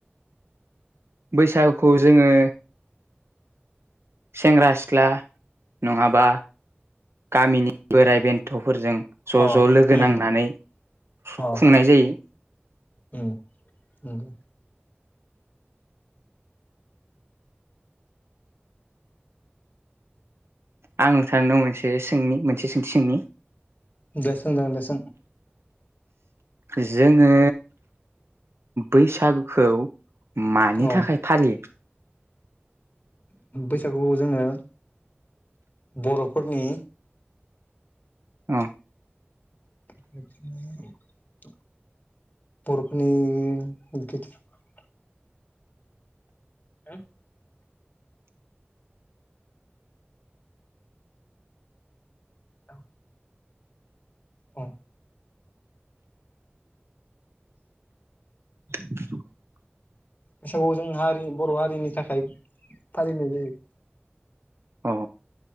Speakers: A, on the right; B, on the left.
A: बैसागुखौ जोङो सेंग्रा सिख्ला नङाबा गामिनि बोराइ बेन्थ'फोरजों ज'
B: अ
A: ज' लोगो
B: उम
A: नांनानै
B: अ
A: खुंनाय जायो।
B: उम नंगौ।
A: आं नोंथांनाव मोनसे सोंनि मोनसे सोंथि सोंनि।
B: दे सोंजागोन दे सों।
A: जोङो बैसागुखौ मानि
B: अ
A: थाखाय फालियो?
B: बैसागुखौ जोङो बर'फोरनि
A: अ।
B: <inaudible> बर'फोरनि <unintelligible> <unintelligible> औ। अ।
A: <inaudible>
B: बैसागुआव जों हारि बर' हारिनि थाखाय फालिनाय जायो।
A: औ